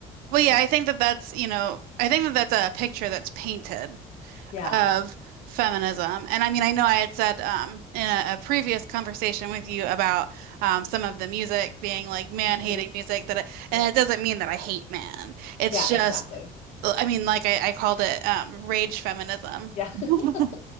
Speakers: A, on the right (about 80°); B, on the left (about 50°).
A: Well, yeah,
B: I-
A: I think that that's, you know, I think that that's a picture that's painted
B: Yeah.
A: of feminism. And I mean, I know I had said um, in a, a previous conversation with you about um, some of the music being like man-hating
B: hmm
A: music that I, and
B: Yep.
A: it doesn't mean that I hate man. It's
B: Yeah,
A: just,
B: exactly.
A: I mean, like I, I called it um, rage feminism.
B: Yeah.
A: <laughs>
B: <laughs>